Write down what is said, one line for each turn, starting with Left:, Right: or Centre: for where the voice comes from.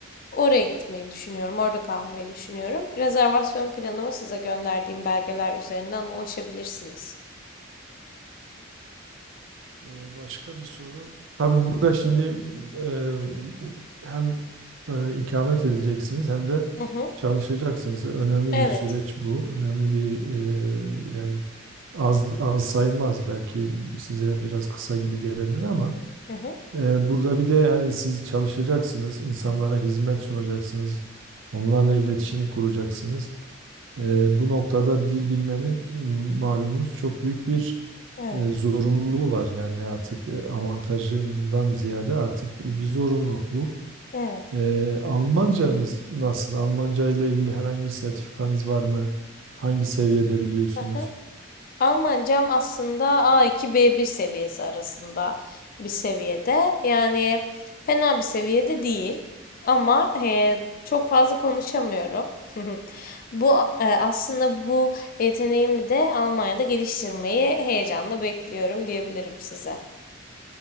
Left: oraya gitmeyi düşünüyorum. Orada kalmayı düşünüyorum. Rezervasyon planımı size gönderdiğim belgeler üzerinden ulaşabilirsiniz.
Right: Ee, Başka bir soru. Tabii burada şimdi e, hem e, ikamet edeceksiniz hem de
Left: Hı hı.
Right: çalışacaksınız. Önemli
Left: Evet.
Right: bir süreç bu. Önemli bir e, yani az az sayılmaz belki size biraz kısa gibi gelebilir ama
Left: Hı hı.
Right: e, burada bir de yani siz çalışacaksınız, insanlara hizmet sunacaksınız, onlarla iletişim kuracaksınız. E, bu noktada dil bilmenin m, malumunuz çok büyük bir
Left: Evet.
Right: e, zorunluluğu var. Yani artık e, avantajından ziyade artık bir zorunluluk bu.
Left: Evet.
Right: E, Almancanız nasıl? Almanca ile ilgili herhangi bir sertifikanız var mı? Hangi seviyede biliyorsunuz?
Left: Aha. Almancam aslında a iki b bir seviyesi arasında bir seviyede. Yani fena bir seviyede değil. Ama e, çok fazla konuşamıyorum. <laughs> Bu e, aslında bu Yeteneğimi de Almanya'da geliştirmeyi heyecanla bekliyorum diyebilirim size.